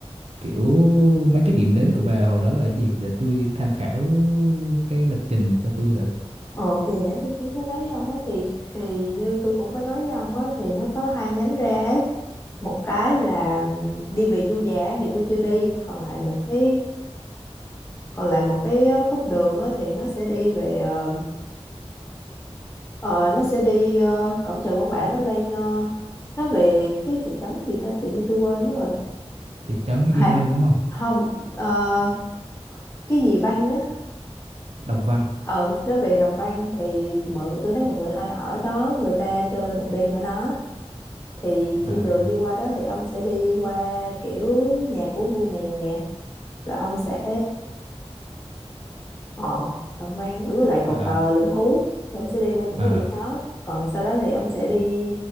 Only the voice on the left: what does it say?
Ờ thì nãy tôi cũng có nói với ông á thì thì như tôi cũng có nói với ông á thì nó có hai nhánh ra ấy. Một cái là ừm, đi về du giả thì tôi chưa đi, còn lại một cái còn lại một cái ờ, khúc đường á thì nó sẽ đi về ờ, ờ, nó sẽ đi ờ, cổng chợ Quán Bản nó lên ờ, nó về cái thị trấn gì ta tự nhiên tôi quên mất rồi.
Hà,
không ờ, cái gì Văn á.
Ờ nó về Đồng Văn thì mọi người tôi thấy mọi người hay ở đó, người ta chơi một đêm ở đó thì
trên đường đi qua đó thì ông sẽ đi qua kiểu nhà của vua mèo nè rồi ông sẽ ồ đồng quan với lại cột
cờ Lũng Cú thì ông sẽ đi qua những cái
điểm đó còn sau đó thì ông sẽ đi